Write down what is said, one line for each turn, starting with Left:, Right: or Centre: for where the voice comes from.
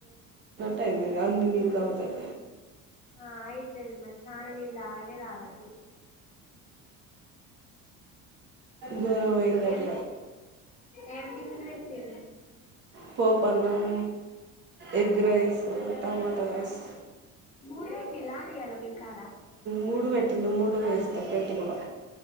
Right: ది అన్ని నీళ్ళు అవుతాయి
Left: ఆ ఆయితు అది మరి చాదింద ఆనేదదు అ
Right: గౌరవమందటి
Left: ఏం ఏం టిఫిన్ పెట్టి
Right: పూ పలం ఎగ్ రైస్ టమాటో రైస్
Left: మూడు పెట్టిల్లానే ఇయ్యాల మీకాడ
Right: మూడు వెట్ట తలు మూడు వేస్తే పెట్టుకుడు